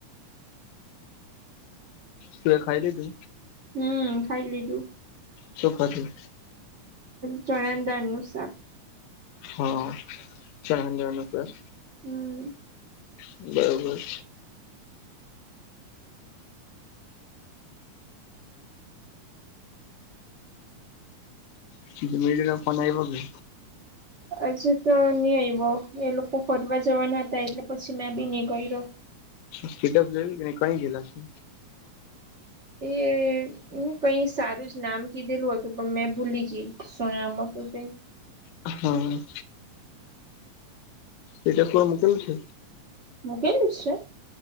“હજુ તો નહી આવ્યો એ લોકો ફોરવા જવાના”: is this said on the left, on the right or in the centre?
Right